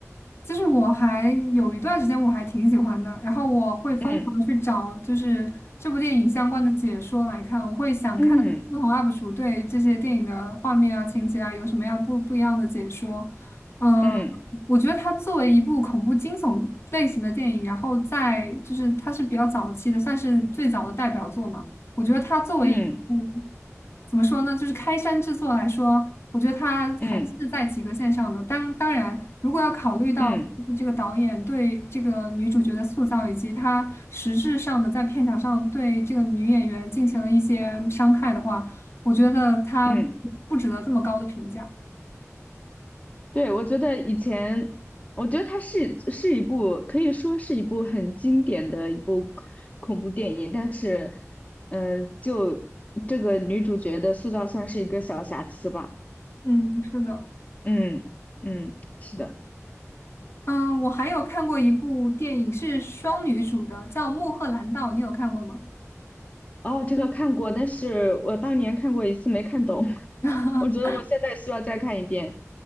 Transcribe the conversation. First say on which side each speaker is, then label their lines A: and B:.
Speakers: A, on the left (about 50°); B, on the left (about 30°).
A: 其实我还有一段时间我还挺喜欢的，然后我会疯狂地去找就是这部电影相关的解说来看，
B: 嗯
A: 我会想看不同
B: 嗯
A: UP 主对这些电影的画面啊、情节啊有什么样不不一样的解说。嗯，
B: 嗯
A: 我觉得它作为一部恐怖惊悚类型的电影，然后在就是它是比较早期的，算是最早的代表作嘛。我觉得它作为一部
B: 嗯
A: 怎么说呢，就是开山之作来说，我觉得它还是在及格线上的。
B: 嗯
A: 当当然，如果要考虑到就是这个导演对这个女主角的塑造，
B: 嗯嗯。
A: 以及他实质上的在片场上对这个女演员进行了一些伤害的话，我觉得它不值得这么高的评价。
B: 嗯对，我觉得以前，我觉得它是是一部可以说是一部很经典的一部恐怖电影，但是，嗯、就这个女主角的塑造算是一个小瑕疵吧。
A: 嗯，是的。
B: 嗯嗯，是的。
A: 嗯，我还有看过一部电影是双女主的，叫《穆赫兰道》，你有看过吗？
B: 哦，这个看过，但是我当年看过一次没看懂，<laughs>
A: <laughs>
B: 我觉得我现在需要再看一遍。